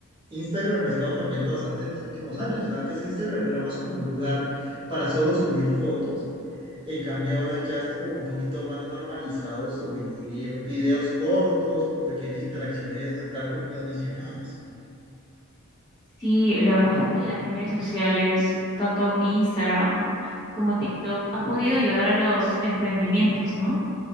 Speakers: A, on the right; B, on the left.
A: Instagram lo ha estado cambiando bastante en los últimos años. Antes Instagram era más como un lugar para solo subir fotos. En cambio, ahora ya está como un poquito más normalizado subir videos cortos, como pequeñas interacciones, tal como me las mencionabas.
B: Sí, la verdad es que las redes sociales, tanto Instagram como TikTok, ha podido ayudar a los emprendimientos, ¿no?